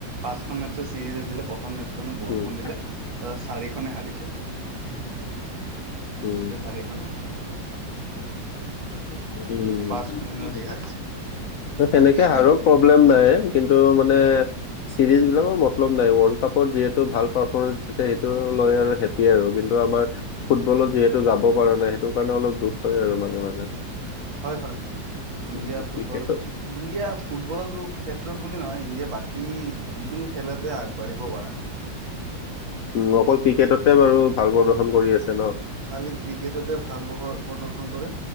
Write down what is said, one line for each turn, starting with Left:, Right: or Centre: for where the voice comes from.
Right: পাঁচখন মেছৰ চিৰিজ আছিলে প্ৰথম মেচ বৰষুণ
Left: উম,
Right: দিলে অ চাৰি খনে হাৰিছে পুৰা
Left: উম।
Right: গোটেই চাৰিখনে হাৰি গ'ল
Left: একো নাই <unintelligible>
Right: পাঁচ শূন্য দি হাৰিছে বাকী
Left: তেনেকে
Right: এনে
Left: হাৰৰ প্ৰ প্ৰব্লেম নাই কিন্তু মানে চিৰিজ বিলাকৰ মতলব নাই ৱৰ্ল্ড কাপত যিহেতু ভাল পাৰফৰ্মেঞ্চ দিছে সেইটো লৈ আৰু হে হেপ্পী আৰু কিন্তু আমাৰ ফুটবলত যিহেতু যাব পৰা নাই সেইটো কাৰণে অলপ দুখ হয় আৰু মাজে মাজে
Right: হয় হয় হয় ইণ্ডিয়া
Left: উম,
Right: ফুটবলত
Left: ক্ৰিকেটত
Right: ইণ্ডিয়া ফুটবলৰ ক্ষেত্ৰত বুলি নহয় ইণ্ডিয়া বাকী যিকোনো খেলতে আগবাঢ়িব পৰা নাই
Left: উম অকল ক্ৰিকেটতে বাৰু ভাল প্ৰদৰ্শন কৰি আছে ন
Right: খালী ক্ৰিকেটতে ভাল প্ৰদৰ্শন কৰে